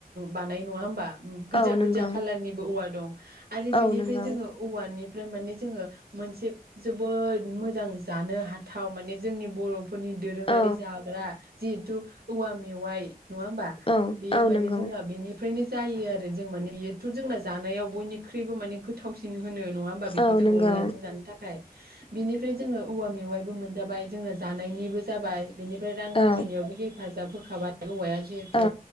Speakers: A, on the right; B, on the left.
A: बानाय नङा होमबा? गोजा
B: औ औ नंगौ
A: गोजा कालारनिबो औवा। दं आरो
B: औ
A: बेनिफ्राय
B: नंगौ
A: जोङो औवानि। ओमफ्राय माने जोङो मोनसे जोबोद मोजां जानो हाथाव माने जोंनि बर'फोरनि। दोरोङारि
B: औ
A: जाग्रा। जिहेतु औवा मेवाइ। नङा होमबा
B: औ
A: बेयो
B: औ
A: माने
B: नंगौ
A: जोंना बेनिफ्रायनो। जायो आरो जों माने बेथ' जोंना जानायाव बयनिख्रुइबो माने गो थावसिन होनो नङा होमबा बेखौ
B: औ
A: जोङो
B: नंगौ
A: अनलाजों जानो थाखाय। बिनिफ्राय जोङो औवा मेवाइबो मोनजाबाय जोङो जानायनिबो जाबाय बेनिफ्राय रां खामायनायावबो
B: औ
A: हेफाजाब होखाबाय औवाया जिहेथु
B: औ